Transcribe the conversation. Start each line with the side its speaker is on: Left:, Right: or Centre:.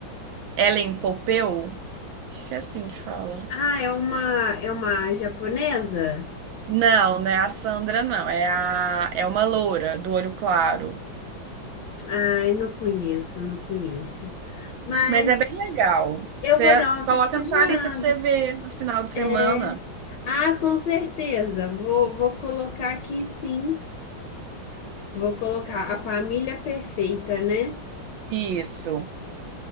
Right: Ellen Pompeo, acho que é assim que fala.
Left: Ah, é uma é uma japonesa?
Right: Não, não é a Sandra, não, é a é uma loura do olho claro,
Left: Ai, não conheço, não conheço. Mas
Right: mas é bem legal.
Left: eu
Right: Você
Left: vou dar uma
Right: coloca
Left: pesquisada.
Right: na sua lista pra você ver no final de semana.
Left: né? Ah, com certeza. Vou vou colocar aqui sim. Vou colocar a família perfeita, né?
Right: Isso,